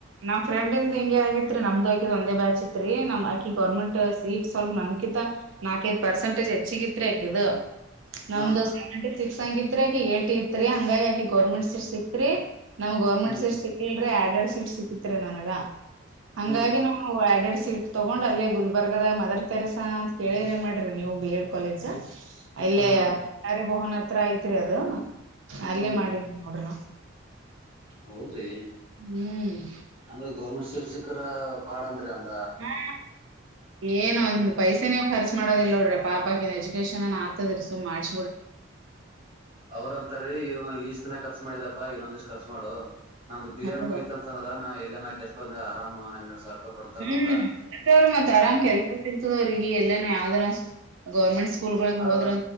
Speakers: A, on the right (about 80°); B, on the right (about 30°).
A: ನಮ್ ಫ್ರೆಂಡ್ಂದ ಹಿಂಗೆ ಆಗಿತ್ರಿ ನಮ್ದು ಹಾಕಿದ್ ಒಂದೇ ಬ್ಯಾಚ್ ಇತ್ರಿ ನಮ್ ಆಕಿ ಗರ್ಮೆಂಟ್ ಸೀಟ್ ಸ್ವಲ್ಪ ನನ್ಕಿತ ಪರ್ಸೆಟೇಜ್ ಹೆಚ್ಚಿಗಿತ ಹಾಕಿದ್ದು ನಮ್ದು
B: ಹಾನ್ರಿ
A: ಸೆವೆಂಟಿ ಸಿಕ್ಸ್ ಹಂಗಿತ್ರಿ ಆಕಿ ಏಟಿ ತ್ರಿ ಹಂಗಾಗಿ ಆಕಿ ಗೋರ್ಮೆಂಟ್ ಸೀಟ್ ಸಿಕ್ತ್ರಿ ನಮ್ ಗೌರ್ಮೆಂಟ್
B: ಹ್ಮ್
A: ಸೀಟ್ ಸಿಗ್ಲಿಲ್ರೀ ಆಡೆಡ್ ಸೀಟ್ ಸಿಕ್ಕತ್ರಿ ನನಗ ಹಂಗಾಗಿ
B: ಹನ್ರಿ
A: ನಾವುಡ್ <unintelligible> <unintelligible> ಸೀಟ್ ತಗೊಂಡ್ ಅಲ್ಲಿ ಗುಲ್ಬರ್ಗದಾಗ ಮದರ್ ತೆರಿಸ ಅಂತ ಕೇಳಿರಿ ಮಾಡ್ರಿ ನೀವು ಬಿ ಎಡ್ ಕಾಲೇಜ ಅಲ್ಲೇ
B: ಹನ್ರಿ
A: ಕೊಠಾರಿ <unintelligible> ಭವನ ಹತ್ರ ಐತ್ರಿ ಅದು ಅಲ್ಲೇ
B: ಹನ್ರಿ
A: ಮಾಡಿದ್ ನೋಡ್ರ
B: ಹೌದ್ರಿ
A: ಹ್ಮ್
B: ಅಂದ್ರ ಗೌರ್ಮೆಂಟ್ ಸೀಡ್ ಸಿಕ್ಕರ ಪಾಡ್ ಅಂದ್ರಿ ಅ <unintelligible>
A: ಹಾ ಏನ ಒಂದು ಪೈಸೆ <unintelligible> ನೀವು ಕರ್ಚ್ ಮಾಡೋದಲ್ ನಡ್ರ ಪಾಪಕ ಇ ಎಜುಕೇಶನ್ ಆತದರ್ಸ ಮಾಡಿ
B: ಅವ್ರಂತಾರ ಈ ಖರ್ಚ್ ಮಾಡಿದಪ್ಪಾ ಇನ್ನೊಂದ ದಿವ್ ಖರ್ಚು ಮಾಡು ನಂದು ಬಿ
A: ಹೌದೌದು
B: ಎಡ್ ಮುಗಿತತ ಅಂದ್ರ ನಾ ಎಲ್ಲನ ಎಸ್ಟ್ ದು ಆರಾಮ ಅನ್ನೆರಡು ಸಾವಿರ ರೂಪಾಯಿ ಕೊಡ್ತಾರ
A: ಹ್ಮ್
B: ನಮ್ಗ
A: ಮತ್ತವ್ರ ಮತ್ ಆರಾಮ್
B: ಹ
A: ಕೆಲ್ಸ ಸಿಗ್ತದವ್ರಿಗೆ ಎಲ್ಲೇನ ಯಾವ್ದಾರ ಗೌರ್ಮೆಂಟ್ ಸ್ಕೂಲ್ಗಳಿಗೆ
B: ಅ
A: ಹೋದ್ರ